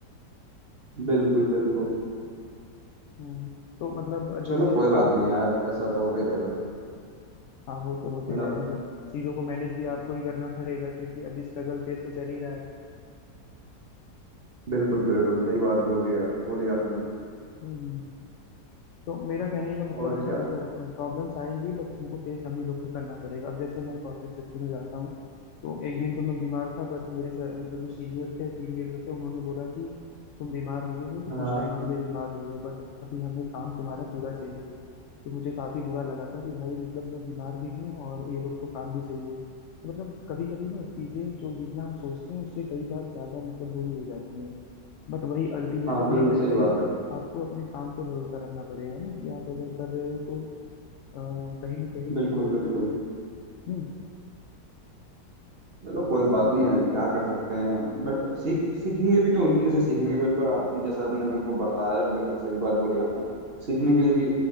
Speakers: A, on the right (about 45°); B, on the left (about 75°).
A: बिल्कुल बिल्कुल
B: हम्म, तो मतलब जैसे
A: चलो कोई
B: अब
A: बात नहीं यार ऐसा तो होता ही रहेगा
B: हाँ वो तो होते
A: है
B: रहेगा
A: ना
B: बट चीजों को मैनेज भी आपको ही करना पड़ेगा क्योंकि अभी स्ट्रगल फेज तो चल ही रहा है
A: बिल्कुल बिल्कुल सही बात बोल रही है बोली आपने
B: हम्म हम्म। तो मेरा कहने का मतलब
A: और
B: है
A: क्या
B: ना देखो प्रॉब्लम्स आएंगी बट तुमको फेस हम ही लोग को करना पड़ेगा अब जैसे मैं कॉर्पोरेट सेक्टर में जाता हूँ तो एक दिन तो मैं बीमार था बट मेरे सा- मतलब जो सीनियर थे टीम लीडर थे उन्होंने बोला कि तुम बीमार हुए हो तो
A: हाँ
B: कुछ टाइम के लिए बीमार हुए हो बट अभी हमें काम तुम्हारा पूरा चाहिए तो मुझे काफी बुरा लगा था कि भाई मतलब मैं बीमार भी हूँ और ये लोग को काम भी चाहिए तो मतलब कभी कभी ना चीजें जो जितना हम सोचते हैं उससे कई बार ज्यादा मतलब बुरी हो जाती है बट वही अल्टीमेटम
A: हाँ बिल्कुल
B: यही रहता
A: सही
B: है
A: बात
B: कि
A: है
B: आपको अपने काम पे भरोसा रखना पड़ेगा ना कि आप अगर कर रहे हो तो अ, कहीं ना कहीं
A: बिल्कुल
B: वो बोल
A: बिल्कुल
B: रहे हैं हम्म
A: चलो कोई बात नहीं है क्या कर सकते हैं बट सीख सीखेंगे भी तो उन्हीं से सीखेंगे बिल्कुल आप जैसा आपने मेरे को बताया बिल्कुल सही बात बोली आपने सीखने के लिए भी